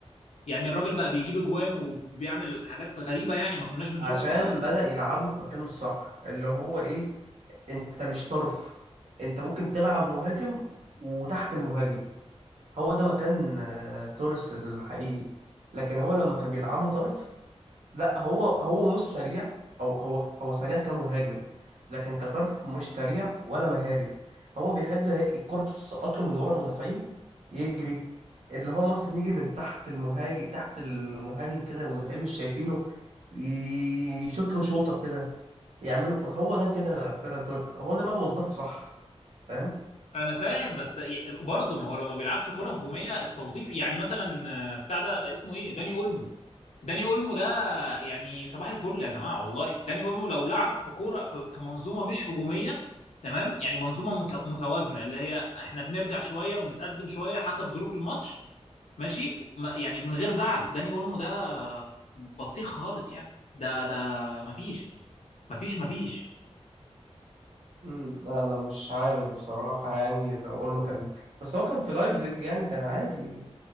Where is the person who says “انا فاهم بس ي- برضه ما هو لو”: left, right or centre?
Left